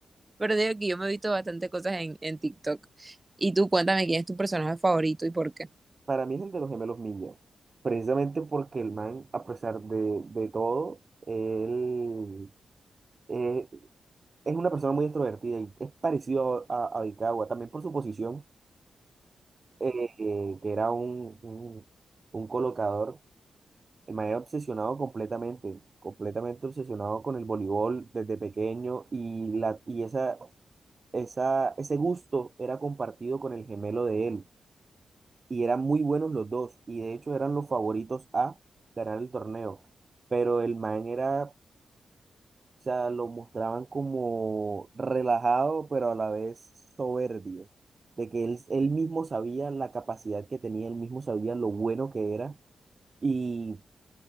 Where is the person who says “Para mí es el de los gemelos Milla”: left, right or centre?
Right